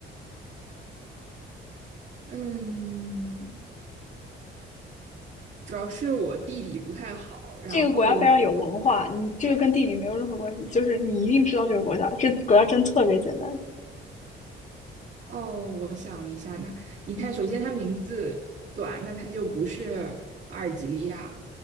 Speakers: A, on the right; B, on the left.
A: 嗯，主要是我地理不太好。然后
B: 这个国家非常有文化，你这个跟地理没有任何关系，就是你一定知道这个国家，这国家真特别简单。
A: 哦，我想一下，那你看，首先它名字短，那它就不是阿尔及利亚，